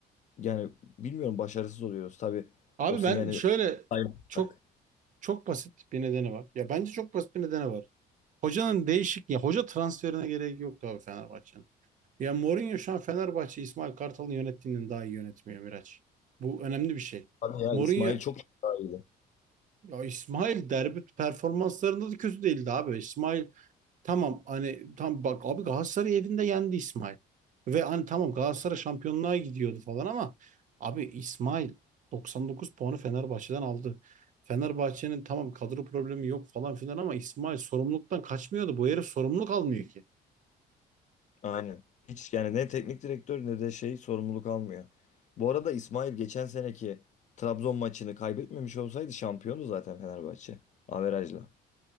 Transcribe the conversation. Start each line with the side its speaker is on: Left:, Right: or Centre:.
Left: yani bilmiyorum başarısız oluyoruz. Tabii
Right: abi
Left: Osimhen'i
Right: ben şöyle
Left: saymazsak.
Right: çok çok basit bir nedeni var. Ya bence çok basit bir nedeni var. Hocanın değişik ya hoca transferine gerek yoktu abi Fenerbahçe'nin. Ya Mourinho şu an Fenerbahçe İsmail Kartal'ın yönettiğinden daha iyi yönetmiyor Miraç. Bu önemli bir şey.
Left: Tabii ya
Right: Mourinho
Left: İsmail çok daha iyiydi.
Right: ya İsmail derbi performanslarında da kötü değildi abi. İsmail tamam hani tam bak abi Galatasaray evinde yendi İsmail. Ve hani tamam Galatasaray şampiyonluğa gidiyordu falan ama abi İsmail 99 puanı Fenerbahçe'den aldı. Fenerbahçe'nin tamam kadro problemi yok falan filan ama İsmail sorumluluktan kaçmıyordu. Bu herif sorumluluk almıyor ki.
Left: Aynen. Hiç yani ne teknik direktör ne de şey sorumluluk almıyor. Bu arada İsmail geçen seneki Trabzon maçını kaybetmemiş olsaydı şampiyonu zaten Fenerbahçe. Averajla.